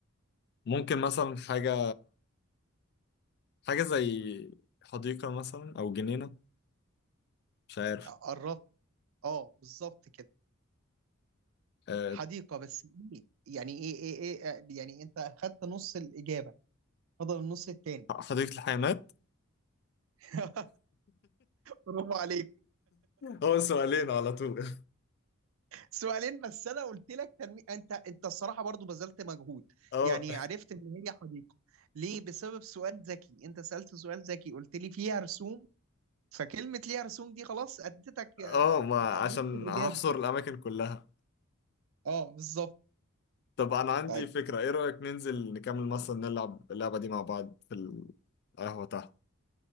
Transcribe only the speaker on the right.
قربت اه بالظبط كده
حديقة بس إيه؟ يعني ايه ايه ايه آه، يعني انت اخدت نص الإجابة فضل النص التاني
<laughs> برافو عليك
سؤالين بس انا قلت لك تنمي... انت انت الصراحه برضو بذلت مجهود
يعني عرفت ان هي حديقه ليه بسبب سؤال ذكي انت سالت سؤال ذكي قلت لي فيها رسوم فكلمه ليها رسوم دي خلاص اديتك آه،
نص الاجابه
اه بالظبط
طيب